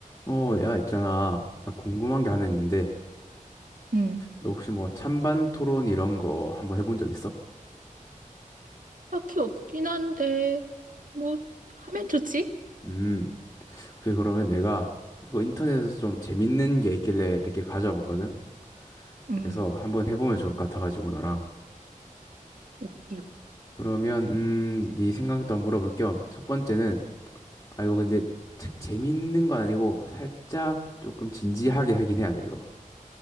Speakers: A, on the left; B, on the right.
A: 어, 야, 있잖아. 나 궁금한 게 하나 있는데,
B: 응,
A: 너 혹시 뭐 찬반 토론 이런 거 한번 해본 적 있어?
B: 딱히 없긴 한데, 뭐, 하면 좋지?
A: 음, 그래, 그러면 내가 이거 인터넷에서 좀 재밌는 게 있길래 몇 개 가져와 봤거든?
B: 응,
A: 그래서
B: 응.
A: 한번 해보면 좋을 것 같아가지고, 너랑.
B: 오케이,
A: 그러면, 음, 네 생각도 한번 물어볼 겸, 첫 번째는, 아, 이거 근데 책 재밌는 건 아니고, 살짝 조금 진지하게 하긴 해야 돼, 이거.